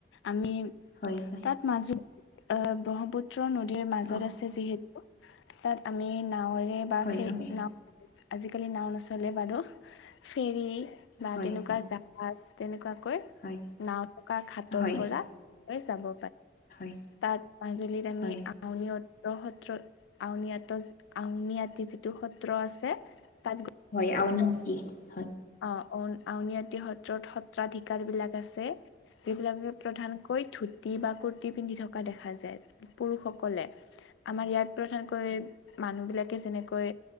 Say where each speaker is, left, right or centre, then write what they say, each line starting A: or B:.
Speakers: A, on the left; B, on the left.
A: আমি
B: হয় হয়
A: তাত মাজুলী আহ ব্ৰহ্মপুত্ৰ নদীৰ মাজত
B: অঁ
A: আছে যিহেতু তাত আমি নাাৱৰে বা
B: হয়
A: সেই
B: হয়
A: নাও আজিকালি নাও নচ <unintelligible> চলে বাৰু ফেৰী বা
B: হয়
A: তেনেকুৱা
B: হয়
A: জাহাজ তেনেকুৱা
B: হয়
A: নাও থকা খাটৰ
B: হয়
A: পৰা হৈ যাব
B: হয়
A: তাত মাজুলীত আমি
B: হয়
A: আন <unintelligible> সত্ৰ সত্ৰ আউনীআটী আউনীআটি যিটো সত্ৰ আছে তাত গৈ <unintelligible>
B: আৰুনো কি <unintelligible>
A: অ আউনীআটী সত্ৰত সত্ৰাধিকাৰ বিলাক আছে যিবিলাকে প্ৰধান কৈ ধুতি বা কুৰ্তি পিন্ধি থকা দেখা যায় পুৰুষসকলে আমাৰ ইয়াত প্ৰধানকৈ মানুহ বিলাকে যেনেকৈ